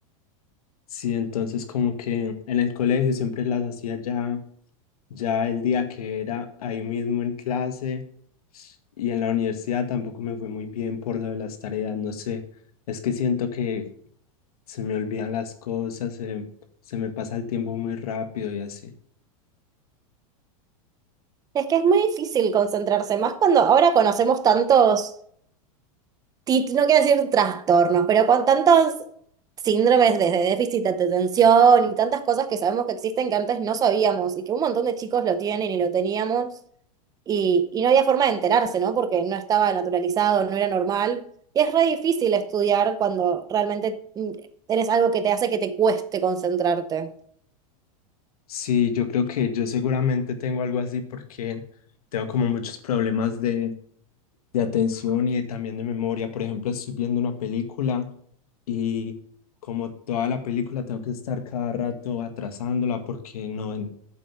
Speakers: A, on the left (about 85°); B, on the right (about 20°).
A: Sí, entonces como que en el colegio siempre las hacía ya, ya el día que era ahí mismo en clase y en la universidad tampoco me fue muy bien por lo de las tareas, no sé, es que siento que se me olvidan las cosas, se, se me pasa el tiempo muy rápido y así.
B: Es que es muy difícil concentrarse, más cuando ahora conocemos tantos ti- no quiero decir trastornos, pero con tantos síndromes desde déficit de atención y tantas cosas que sabemos que existen que antes no sabíamos y que un montón de chicos lo tienen y lo teníamos y, y no había forma de enterarse, ¿no? Porque no estaba naturalizado, no era normal. Y es re difícil estudiar cuando realmente mm, tenés algo que te hace que te cueste concentrarte.
A: Sí, yo creo que yo seguramente tengo algo así porque tengo como muchos problemas de, de atención y también de memoria. Por ejemplo, estoy viendo una película y como toda la película tengo que estar cada rato atrasándola porque no en-